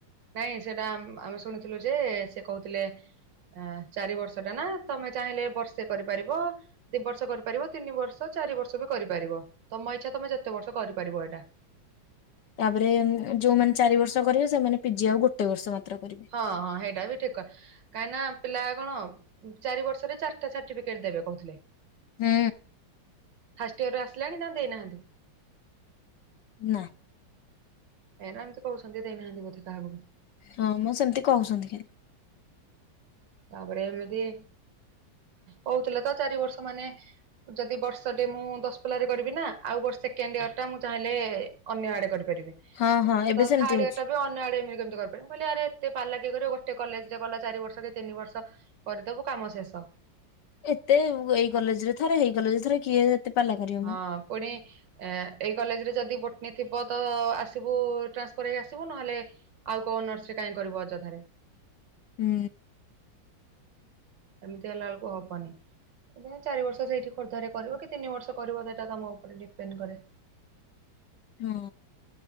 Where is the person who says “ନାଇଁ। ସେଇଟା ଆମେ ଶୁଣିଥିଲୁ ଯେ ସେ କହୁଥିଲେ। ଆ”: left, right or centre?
Right